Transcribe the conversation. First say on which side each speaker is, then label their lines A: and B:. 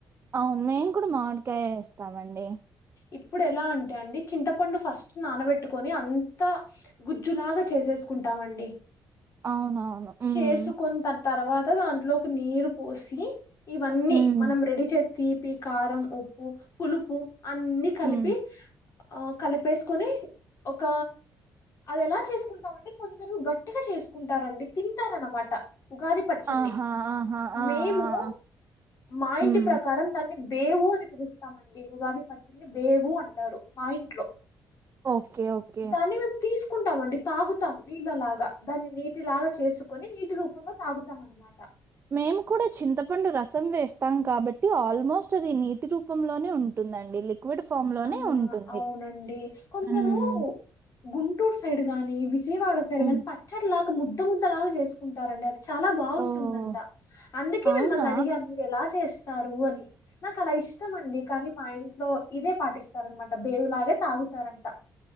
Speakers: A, on the right; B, on the left.
A: అవున్ మేము కూడా మామిడికాయే ఏస్తామండీ.
B: ఇప్పుడు ఎలా అంటే అండి చింతపండు ఫస్ట్ నానబెట్టుకొని అంతా గుజ్జులాగా చేసేసుకుంటామండి.
A: అవునవును హ్మ్
B: చేసుకున్ తాన్ తర్వాత్ తా. దాంట్లో ఒక నీరు పోసీ ఇవన్నీ
A: హ్మ్
B: మనం రెడీ చేస్ తీ ప్పి కారం ఉప్పు పులుపు అన్నీ కలిపి
A: హ్మ్
B: ఆ కలిపేసుకొని ఒక అది ఎలా చేసుకుంటామండి కొందరు గట్టిగా చేసుకున్ టారండి తింటారు అనమాట ఉగాది పచ్చడిని
A: ఆహా! ఆహా! ఆ!
B: మేము
A: ఆ! ఆ!
B: మా ఇంటి
A: హ్మ్
B: ప్రకారం దాన్ని దేవు అని పిలుస్తామండి ఉగాది పచ్చడిని దేవు అంటారు మా ఇంట్లో
A: ఓకే ఓకే
B: దాన్ని మేము తీస్ కుంటాం అండి తాగుతాం నీళ్ళలాగా దాన్ని నీ టి లాగా చేసుకొని నీటి రూపంలో తాగుతాం అనమాట
A: మేము కూడా చింతపండు రసం వేస్తాం కాబట్టి ఆల్మోస్ట్ అది నీటి రూపంలోనే ఉంటుందన్ డి లిక్విడ్ ఫామ్ లోనే
B: ఆ
A: ఉంటుంది
B: అవునండి కొందరు
A: ఉమ్
B: గుంటూరు సైడ్ గాని వి జయవాడ సైడు
A: హ్మ్.
B: గానీ పచ్చడి లా ముద్ద ముద్దలాగా చేసుకుంటారండి అ చాలా బాగుంటుందంట
A: ఓహ్!
B: అందుకే
A: అవునా?
B: మిమ్మల్ని అడిగా మీరు ఎలా చేస్త స్తారు అని నాకు అలా ఇష్టం అండి కానీ మా ఇంట్లో ఇదే పాటిస్తారనమాట బేవులాగ తాగుతారంట